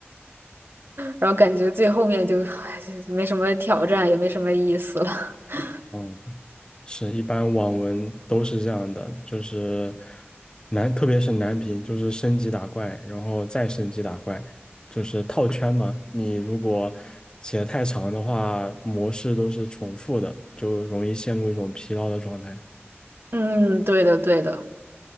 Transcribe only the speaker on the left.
<laughs> 嗯。是一般网文都是这样的，就是难，特别是难评，就是升级打怪，然后再升级打怪，就是套圈嘛。你如果写得太长的话，模式都是重复的，就容易陷入一种疲劳的状态。